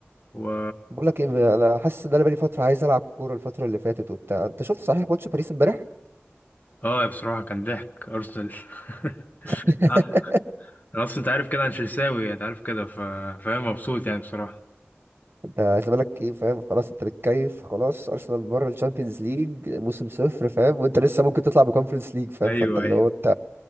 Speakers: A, on the left; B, on the right.
A: و
B: <laughs> بقول لك ايه انا حاسس ان انا بقالي فتره عايز العب كوره الفتره اللي فاتت وبتاع انت شفت صحيح ماتش باريس امبارح
A: اه بصراحة كان ضحك ارسنال <laughs>
B: <laughs>
A: آه، انا اصلا انت عارف كده انا تشيلساوي انت عارف كده ف... فاهم مبسوط يعني بصراحة
B: انت عايز بالك ايه فاهم خلاص انت متكيف خلاص ارسنال بره الشامبيونز ليج موسم صفر فاهم وانت لسه ممكن تطلع بكونفرنس ليج فاهم
A: ايوه
B: فانت اللي
A: ايوه
B: هو انت